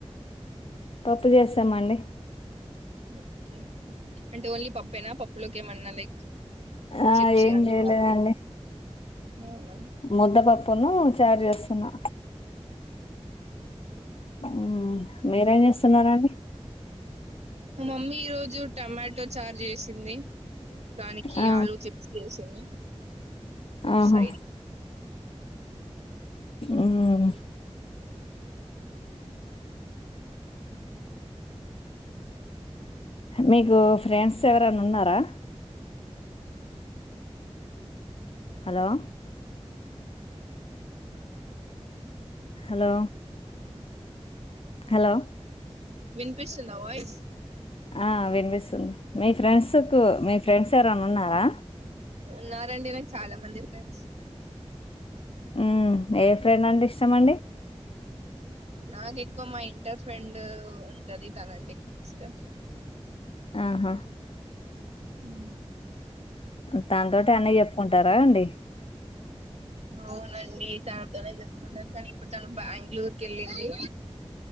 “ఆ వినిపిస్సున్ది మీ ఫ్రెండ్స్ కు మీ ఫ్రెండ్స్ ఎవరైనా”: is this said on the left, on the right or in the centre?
Left